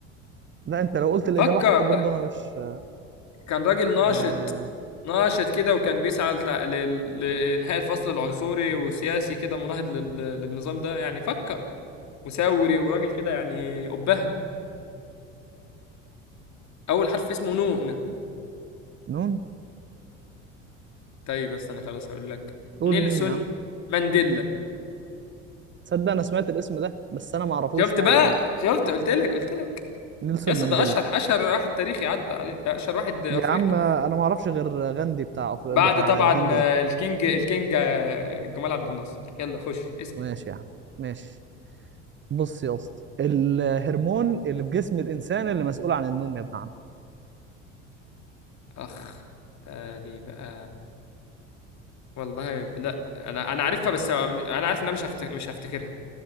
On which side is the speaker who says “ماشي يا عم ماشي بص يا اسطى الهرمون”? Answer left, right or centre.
Right